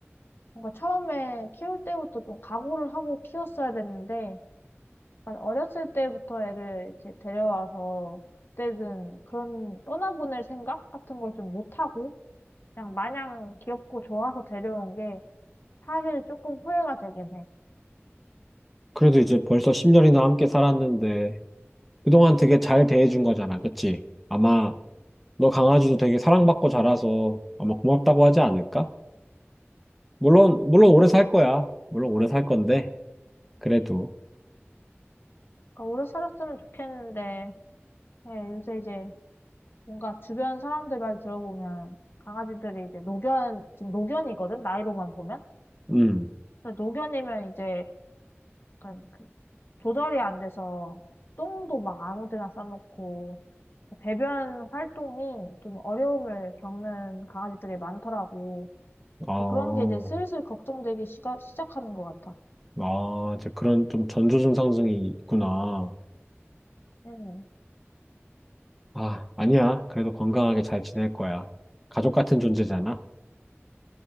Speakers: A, on the left (about 55°); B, in the centre.
A: 뭔가 처음에 키울 때부터 좀 각오를 하고 키웠어야 됐는데 약간 어렸을 때부터 애를 이렇게 데려와서 그때는 그런 떠나보낼 생각 같은 걸 좀 못하고 그냥 마냥 귀엽고 좋아서 데려온 게 사실 조금 후회가 되긴 해.
B: 그래도 이제 벌써 10년이나 함께 살았는데, 그동안 되게 잘 대해준 거잖아. 그치? 아마 너 강아지도 되게 사랑받고 자라서 아마 고맙다고 하지 않을까? 물론, 물론 오래
A: 그러니까
B: 살 거야. 물론 오래 살 건데, 그래도.
A: 오래 살았으면 좋겠는데 예, 요새 이제 뭔가 주변 사람들 말 들어보면 강아지들이 이제 노견 지금 노견이거든 나이로만 보면
B: 음.
A: 근데 노견이면 이제 약간 그 조절이 안 돼서 똥도 막 아무데나 싸놓고 배변 활동이 좀 어려움을 겪는 강아지들이 많더라고.
B: 아,
A: 그런 게 이제 슬슬 걱정되기 시가, 시작하는 것 같아.
B: 아, 이제 그런 좀 전조 증상증이 있구나.
A: 응,
B: 아, 아니야. 그래도 건강하게 잘 지낼 거야. 가족 같은 존재잖아.